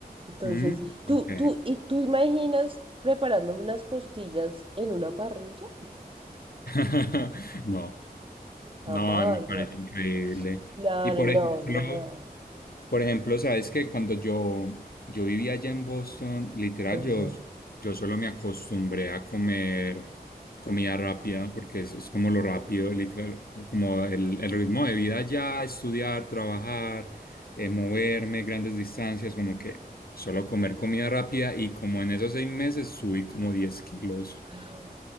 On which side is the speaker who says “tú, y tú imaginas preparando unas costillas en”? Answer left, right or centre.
Right